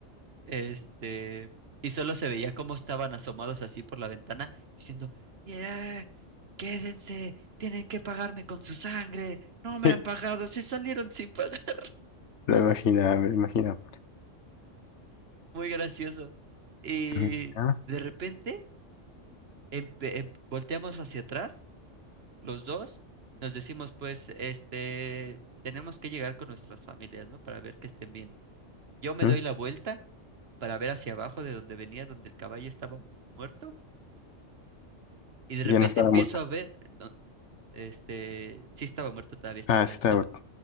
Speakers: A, on the right; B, on the left.
A: Este, y solo se veía cómo estaban asomados así por la ventana, diciendo, "Yeah, quédense, tienen que pagarme con su sangre,
B: <laughs>
A: no me han pagado, se salieron sin pagar. <laughs>
B: Lo imaginaba, me lo imaginaba.
A: Muy gracioso. Y
B: Mm. Ah,
A: de repente empe- em- volteamos hacia atrás los dos nos decimos, pues, este, tenemos que llegar con nuestras familias, ¿no? Para ver que estén bien. Yo me
B: mm.
A: doy la vuelta para ver hacia abajo de donde venía, donde el caballo estaba muerto, y de
B: Ya
A: repente
B: no estaba
A: empiezo
B: muerto.
A: a ver, no, este, sí estaba muerto, todavía estaba
B: Ah,
A: en
B: sí
A: el
B: estaba
A: suelo.
B: muerto.